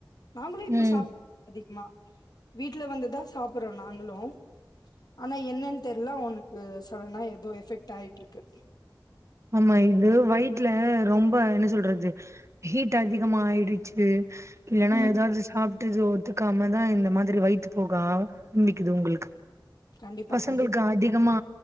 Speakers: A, on the left; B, on the right.
A: நாங்களு இப்போ
B: ம்
A: சாப்பிட அதிகமா வீட்டுல வந்துதா சாப்பிடுறோ நாங்களு ஆனா என்னன்னு தெர்ல அவனக்கு சடனா ஏதோ எஃபெக்ட் ஆயிட்டு இருக்கு
B: ஆமா இது வயிட்ல ரொம்ப என்ன சொல்றது ஹீட் அதிகமா ஆயிடுச்சு இல்லனா
A: ம்.
B: ஏதாவது சாப் ட்டுது ஒத்துக்காமதா இந்த மாதிரி வைத்து போகா ரம்பிக்குது உங்களுக்கு
A: கண்டிப்பா,
B: பசங்களுக்கு
A: கண்டிப்
B: அதிகமா